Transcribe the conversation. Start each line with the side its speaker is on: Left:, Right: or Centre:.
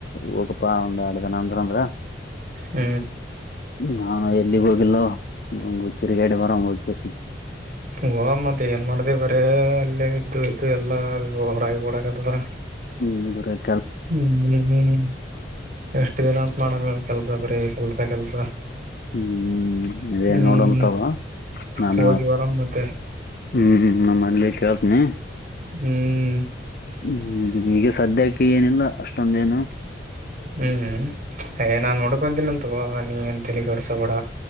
Left: ಹೋಗಪಾ ಒಂದ್ ಎರಡು ದಿನ ಅಂದ್ರಂದ್ರ
Right: ಹ್ಮ್
Left: ನಾ ಎಲ್ಲಿಗ್ ಹೋಗಿಲ್ಲ ಹಂಗ ತಿರ್ಗಾಡೆ ಬರಂಗ ಹೋಗೆ <unintelligible>
Right: ಹಓ ಮತ್ತೆ ಏನ್ ಮಾಡ್ದ ಬರೆ ಅಲ್ಲೇ ಇದ್ದು ಇದ್ದು ಎಲ್ಲಾ <unintelligible> ರಾಗಿ ಓಡಕತದ್ರ
Left: ಹ್ಮ್ರ <unintelligible>
Right: ಹ್ಮ್ ಹ್ಮ್ ಎಷ್ಟ ದಿನ ಅನ್ ಮಾಡಕ್ <unintelligible> ಕೆಲ್ಸ ಬರೆ ಕೆಲ್ಸ ಕೆಲ್ಸ
Left: ಹ್ಮ್ ಇದೇ
Right: ಹ್ಮ್
Left: ನೋಡಂತಾವ ನಾನ
Right: ಹೋಗಿ ಬರಮ ಮತ್ತೆ
Left: ಹ್ಮ್ ನಮ್ಮನಲಿ ಕೇಳ್ತನಿ
Right: ಹ್ಮ್
Left: ಹ್ಮ್ ಈಗ ಸದ್ಯಕ್ಕೆ ಏನಿಲ್ಲ ಅಷ್ಟೊಂದೇಏನು
Right: ಹ್ಮ್ ಹ್ಮ್ ಹೆಯ್ ನಾನ್ ನೋಡ್ಕೊಂತೀನಂನ್ ತಗೋ ನೀ ಏನ್ ತಲಿ ಕೆಡುಸ್ಕೊಬೇಡ.